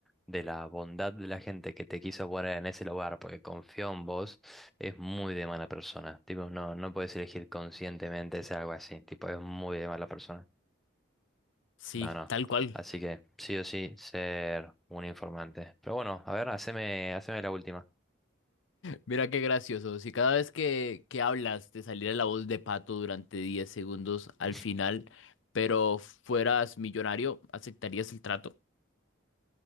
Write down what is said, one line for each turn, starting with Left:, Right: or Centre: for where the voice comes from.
Centre: de la bondad de la gente que te quiso poner en ese lugar porque confió en vos es muy de mala persona. Tipo, no, no puedes elegir conscientemente hacer algo así. Tipo, es muy de mala persona.
Left: Sí,
Centre: No, no.
Left: tal cual.
Centre: Así que sí o sí, ser un informante. Pero bueno, a ver, haceme, haceme la última.
Left: Mira qué gracioso. Si cada vez que, que hablas te saliera la voz de Pato durante 10 segundos al
Centre: <laughs>
Left: final, pero fueras millonario, ¿aceptarías el trato?